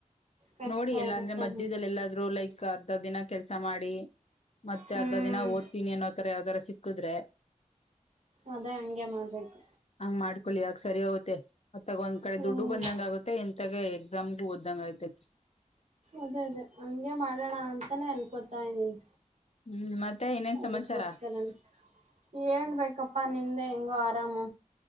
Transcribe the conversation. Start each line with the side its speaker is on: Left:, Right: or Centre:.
Right: ಕಷ್ಟ
Left: ನೋಡಿ ಎಲ್ಲಾ
Right: ಇರುತ್ತೆ
Left: ಅಂದ್ರೆ ಮಧ್ಯದಲ್ಲಿ
Right: ನಮ್ಗೆ
Left: ಎಲ್ಲಾದ್ರೂ ಲೈಕ್ ಅರ್ಧ ದಿನ ಕೆಲ್ಸ ಮಾಡಿ ಮತ್ತೆ
Right: ಹ್ಮ್
Left: ಅರ್ಧ ದಿನ ಓದ್ತೀನಿ ಅನ್ನೋತರ ಯಾವ್ದಾರ ಸಿಕ್ಕುದ್ರೆ
Right: ಅದೇ ಹಂಗೆ ಮಾಡ್ಬೇಕು
Left: ಹಂಗ್ ಮಾಡ್ಕೊೊಳ್ಳಿ ಯಗ ಸರಿ ಹೋಗತ್ತೆ ಮತ್ತಾಗ ಒಂದ್ ಕಡೆ
Right: ಹ್ಮ್
Left: ದುಡ್ಡು ಬಂದಂಗ ಆಗುತ್ತೆ ಜಾಗ ಎಕ್ಸಾಮ್ಗೆು ಓದ್ದಂಗ ಆಗತೈತಿ
Right: ಅದೇ ಅದೇ ಹಂಗೆ ಮಾಡೋಣ ಅಂತಾನೇ ಅನ್ಕೋತಾ ಇದ್ದೀನಿ
Left: ಹ್ಮ್ ಮತ್ತೆ ಇನೇನ್
Right: ಅದಕ್ಕೋಸ್ಕರನೇ
Left: ಸಮಾಚಾರ
Right: ಹೇಳ್ಬೇಕಪ್ಪಾ ನಿಮ್ದೇ ಹೆಂಗೋ ಆರಾಮು